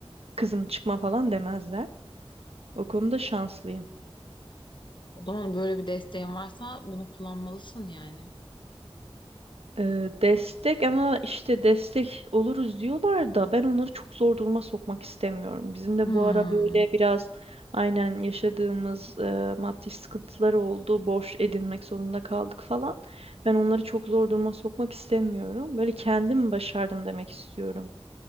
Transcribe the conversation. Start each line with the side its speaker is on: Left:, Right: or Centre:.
Right: Kızım çıkma falan demezler. O konuda şanslıyım.
Left: O zaman böyle bir desteğin varsa bunu kullanmalısın yani.
Right: Ee, destek ama işte destek oluruz diyorlar da ben onları çok zor duruma sokmak istemiyorum. Bizim de
Left: Hmm,
Right: bu ara böyle biraz aynen yaşadığımız e, maddi sıkıntılar oldu. Borç edinmek zorunda kaldık falan. Ben onları çok zor duruma sokmak istemiyorum. Böyle kendim başardım demek istiyorum.